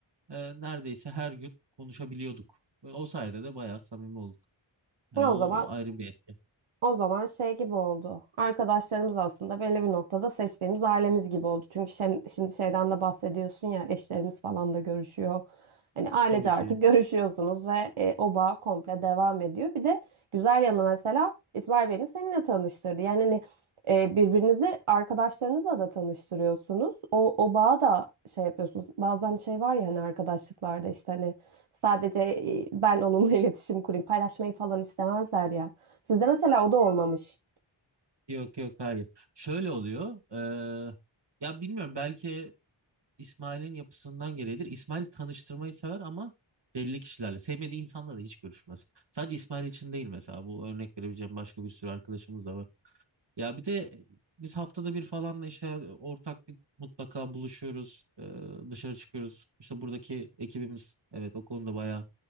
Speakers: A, on the right; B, on the right.
A: e, neredeyse her gün konuşabiliyorduk. O sayede de bayağı samimi olduk. Yani
B: Ya
A: o
B: o zaman
A: ayrı bir etki.
B: O zaman şey gibi oldu. Arkadaşlarımız aslında belli bir noktada seçtiğimiz ailemiz gibi oldu. Çünkü şem- şimdi şeyden de bahsediyorsun ya eşlerimiz falan da görüşüyor. Hani ailece
A: Tabii ki.
B: artık <laughs> görüşüyorsunuz ve e, o bağ komple devam ediyor. Bir de güzel yanı mesela İsmail beni seninle tanıştırdı. Yani hani e, birbirinizi arkadaşlarınızla da tanıştırıyorsunuz. O, o bağı da şey yapıyorsunuz. Bazen şey var ya hani arkadaşlıklarda işte hani sadece e, ben onunla <laughs> iletişim kurayım paylaşmayı falan istemezler ya. Sizde mesela o da olmamış.
A: Yok yok hayır. Şöyle oluyor. eee, ya bilmiyorum belki İsmail'in yapısından gereğidir. İsmail tanıştırmayı sever ama belli kişilerle. Sevmediği insanla da hiç görüşmez. Sadece İsmail için değil mesela. Bu örnek verebileceğim başka bir sürü arkadaşımız da var. Ya bir de biz haftada bir falan da işte ortak bir mutlaka buluşuyoruz. e, dışarı çıkıyoruz. İşte buradaki ekibimiz evet o konuda bayağı